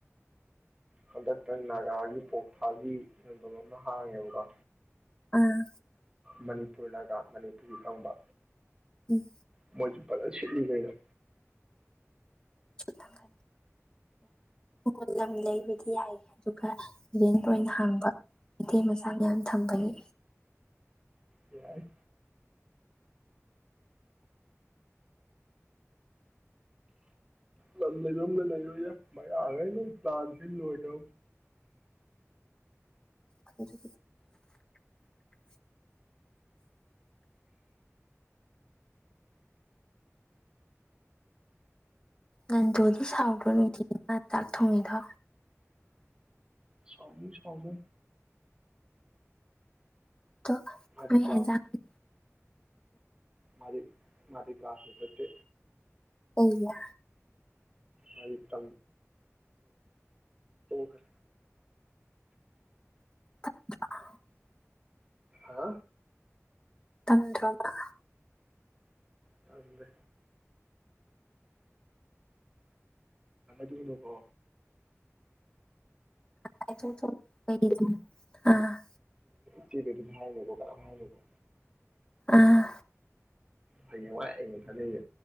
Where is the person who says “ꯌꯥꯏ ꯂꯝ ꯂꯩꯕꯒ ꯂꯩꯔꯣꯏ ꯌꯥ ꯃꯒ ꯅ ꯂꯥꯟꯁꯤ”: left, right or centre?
Right